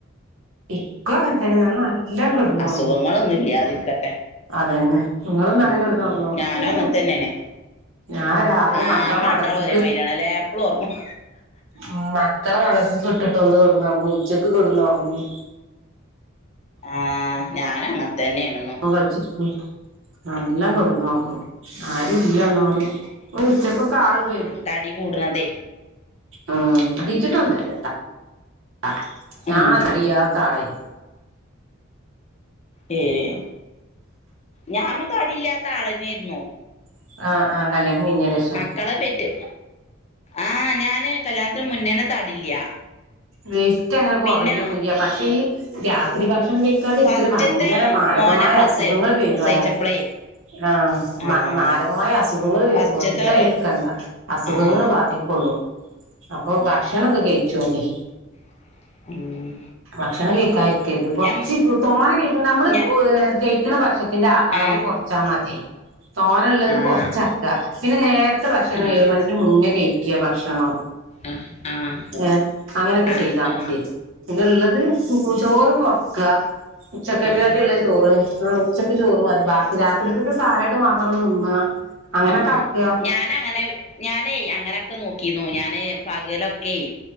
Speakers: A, on the right; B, on the left.
A: ഇക്കും അങ്ങനത്തന്നെ ഞാൻ നല്ലാം കിടന്നു
B: അസുഖങ്ങളൊന്നും
A: ഉറങ്ങും
B: ഇല്ലാതിരിക്കട്ടെ
A: അതന്നെ നിങ്ങളും നനങ്കെ
B: ഉം
A: കെടന്നോറങ്ങുവോ
B: ഞാനും അങ്ങനത്തന്നെയാണേ
A: ഞാൻ രാവിലെ
B: ആഹ്
A: മക്കളെ
B: നമ്മള്
A: മദർസക്ക്
B: രണ്ടാളും ഒരേ മാതിരിയാണല്ലേ എപ്പളും ഒറങ്ങും
A: ഉം മക്കളെ മധസർക്ക് കിട്ടിട്ടൊന്ന് കിടന്ന് ഒറങ്ങും ഉച്ചക്ക് കിടന്നോറങ്ങും
B: ആ ഞാനും അങ്ങത്തെന്നെയാണ്
A: ഫോണിമേ കൾചിരിക്കും നല്ല കൊടുന്നോറങ്ങും ആരുല്ല <unintelligible> ഉച്ചക്കൊക്കെ ആളരു
B: താടി കൂടനത്തെ
A: ഉം ശതിിച്ചിട്ടൊന്നല്ല <unintelligible>
B: ഉം ഏഹ് ഞാനും തടില്ലാത്ത ആളന്നെർന്നോ
A: ആഹ് ആഹ് കല്യാണം കഴിഞ്ഞേന്റെഷാ
B: മക്കളെ പറ്റി ആഹ് ഞാന് കല്യാണത്തിന് മുന്നേനെ തടില്ല
A: വെയ്റ്റ് അങ്ങനെ കൊറയൊന്നില്ല
B: പിന്നെ
A: പക്ഷെ ഈ രാത്രി ഭക്ഷണം കയ് കഴിക്കാതിരിക്കൽ
B: ഫസ്റ്റ്ത്തെ
A: ഭയങ്കര മാരകമായ
B: മോനെ പ്രസവി
A: അസുഖങ്ങൾ വരുവല്ല
B: പ്രസവിച്ചപ്പളേ
A: ആഹ്
B: ആഹ്
A: മാരകമായ അസുഖങ്ങൾ
B: ഫസ്റ്റ്ത്തെ
A: വരും വെറുതെ അയ്ന് കണ്ട അസുഖങ്ങൾ
B: ആഹ്
A: ബാധിക്കൊള്ളു അപ്പൊ ഭക്ഷണംക്കെ കഴിച്ചോണ്ടി
B: ഉം
A: ഭക്ഷണം കേയ്ക്കാതിരിക്കരുത് കൊറച്ച്
B: ഞാൻ
A: തോണ കേൾക്ക നമ്മള് <unintelligible>
B: ഞ
A: ഇണ ഭക്ഷത്തിന്റെ അളവ്
B: ആഹ്
A: കുറച്ചാ മതി തോന ഉള്ളത്
B: ആഹ്
A: കൊറച്ചാ പിന്നെ നേരത്തെ ഭക്ഷണം
B: ആഹ്
A: ഏഴ് മണിക്ക് മുന്നേ കഴിക്ക ഭക്ഷണം
B: ആഹ് ആഹ്
A: ഏഹ് അങ്ങനൊക്കെ
B: ആഹ്
A: ചെയ്താ മതി പിന്നെ ഉള്ളത് ചോറ് കൊറക്ക ഉച്ചക്കൊക്കെള്ള
B: ആഹ്
A: ചോറ് ആഹ് ഉച്ചക്ക് ചോറ് മതി ബാക്കി രാത്രിക്കൊക്കെ സാലഡ് മാത്രം തിന്ന അങ്ങനൊക്കെ
B: ആഹ്
A: ആക്കുക
B: ഞാനങ്ങനെ ഞാനേയ് അങ്ങനൊക്കെ നോക്കിന്നു ഞാന് പകലൊക്കെയ്